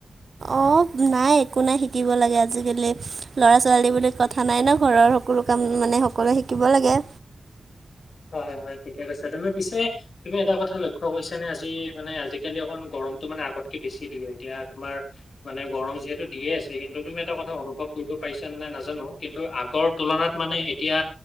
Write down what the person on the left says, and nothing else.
হয় হয় ঠিকে কৈছে তুমি পিছে তুমি এটা কথা লক্ষ্য খ গৈছে নে আজি মানে আজিকালি অকণ গৰমতটো মানে আগতকে বেছি দিয়ে এতিয়া তোমাৰ মানে গৰম যিহেতু দিয়ে আছে কিন্তু তুমি এটা কথা অনুভৱ কৰিব পাৰছাে নে নাজানো কিন্তু আগৰ তুলনাত মানে এতিয়া